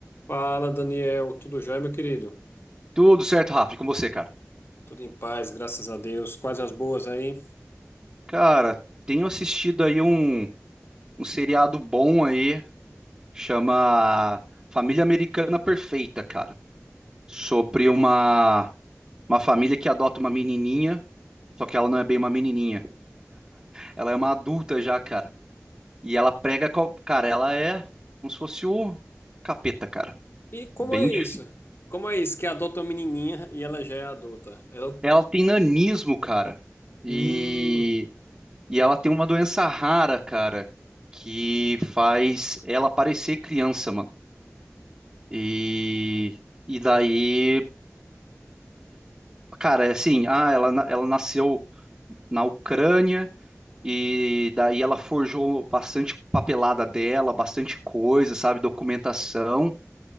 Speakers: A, on the left; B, on the right.
A: Fala, Daniel. Tudo jóia, meu querido?
B: Tudo certo, Rafa, e com você, cara?
A: Tudo em paz, graças a Deus. Quais as boas aí?
B: Cara, tenho assistido aí um, um seriado bom aí, chama Família Americana Perfeita, cara. Sobre uma, uma família que adota uma menininha, só que ela não é bem uma menininha. Ela é uma adulta já, cara. E ela prega, co- cara, ela é como se fosse o capeta, cara.
A: E como
B: Bem,
A: é
B: dif-
A: isso? Como é isso que adota uma menininha e ela já é adulta? Ela...
B: ela tem nanismo, cara. E,
A: Hum,
B: e ela tem uma doença rara, cara, que faz ela parecer criança, mano. E, e daí, cara, é assim, ah, ela, na- ela nasceu na Ucrânia e daí ela forjou bastante papelada dela, bastante coisa, sabe, documentação.